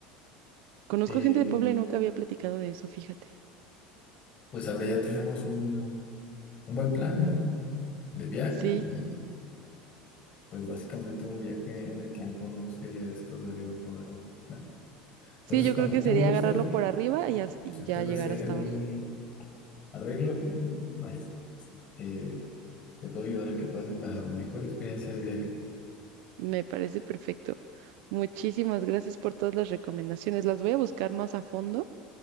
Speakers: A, on the right; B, on the left.
A: Conozco
B: Eh,
A: gente de Puebla y nunca había platicado de eso, fíjate.
B: pues ahora ya tenemos un, un buen plan, ¿no? De viaje
A: Sí,
B: y pues básicamente un viaje en el tiempo, ¿no? Sería esto de arriba para abajo. Ja. Entonces,
A: Sí, yo
B: cuando
A: creo que
B: tú
A: sería
B: gustes,
A: agarrarlo por arriba y, as- y
B: se puede
A: ya llegar
B: hacer
A: hasta
B: un
A: abajo.
B: arreglo y vaya, eh, te puedo ayudar a que pases la mejor experiencia de viaje.
A: Me parece perfecto. Muchísimas gracias por todas las recomendaciones. Las voy a buscar más a fondo